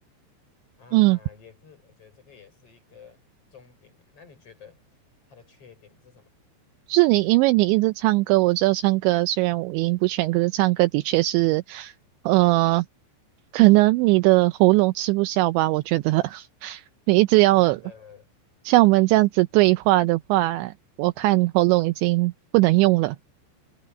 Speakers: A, on the left; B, on the right.
A: 啊，
B: 嗯。
A: 也是，我觉得这个也是一个重点的。那你觉得它的缺点是什么？
B: 是你，因为你一直唱歌，我知道唱歌虽然五音不全，可是唱歌的确是，呃，可能你的喉咙吃不消吧，我觉得 <laughs> 你一直要
A: 真的
B: 像我们这样子对话的话，我看喉咙已经不能用了。